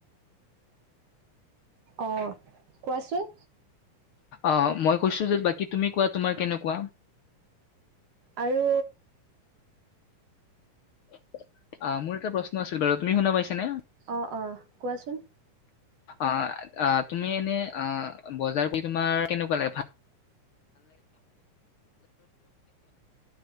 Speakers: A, on the right; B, on the left.
A: অ', কোৱাচোন।
B: অহ, মই কৈছো যে বাই কি তুমি কোৱা তোমাৰ কেনেকুৱা?
A: আৰু
B: আ, মোৰ এটা প্ৰশ্ন আছিল, বাৰু। তুমি শুনা পাইছা নে?
A: অঁ অঁ কোৱাছোন
B: আ, আ, তুমি এনেই আহ, বজাৰ কৰি তোমাৰ কেনেকুৱা লাগে? ভা <unintelligible>